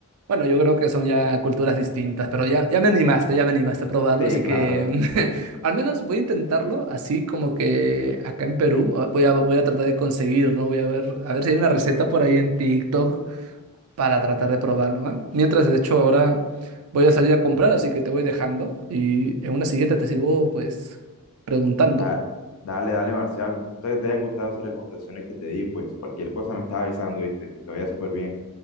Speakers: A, on the right; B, on the left.
A: bueno, yo creo que son ya culturas distintas, pero ya, ya me animaste, ya me animaste a probarlo,
B: Sí,
A: así que
B: claro.
A: <laughs> al menos voy a intentarlo, así como que acá en Perú, ah, voy a, voy a tratar de conseguir, ¿no? Voy a ver, a ver si hay una receta por ahí en TikTok para tratar de probarlo, ¿eh? Mientras, de hecho, ahora voy a salir a comprar, así que te voy dejando y en una siguiente te sigo, pues, preguntando.
B: Da- dale, dale, Marcial. Me gusta que te hayan gustado esas recomendaciones que te di. Pues cualquier cosa me estás avisando, ¿viste? Te vaya súper bien.